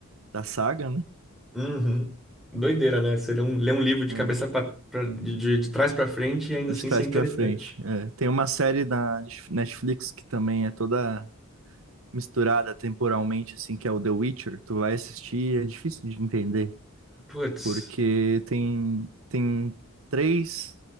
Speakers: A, on the right; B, in the centre.
A: da saga, né?
B: Uhum. Doideira, né? Você lê um, lê um livro de
A: É,
B: cabeça pra, pra- de, de de trás pra frente e ainda
A: de
B: assim
A: trás
B: isso é interessante.
A: pra frente. É, Tem uma série da Netflix que também é toda misturada temporalmente, assim, que é o The Witcher. Tu vai assistir, é difícil de entender,
B: Putz.
A: porque tem, tem três,